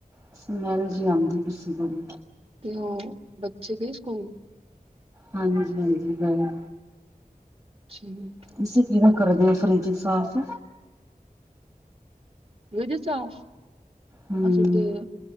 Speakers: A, on the right; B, on the right.
A: ਸਮੈਲ ਜੀ ਆਂਦੀ ਪੀ ਸੀ ਬੜੀ।
B: ਤੇ, ਓ ਬੱਚੇ ਗਏ ਸੁਕੂਲ?
A: ਹਾਂਜੀ-ਹਾਂਜੀ, ਗਏ
B: ਠੀਕ
A: ਤੁਸੀ ਕਿਵੇਂ ਕਰਦੇ ਓ ਫ੍ਰੀਜ ਸਾਫ਼?
B: ਫ੍ਰੀਜ ਸਾਫ,
A: ਹਮ
B: ਅਸੀਂ ਤੇ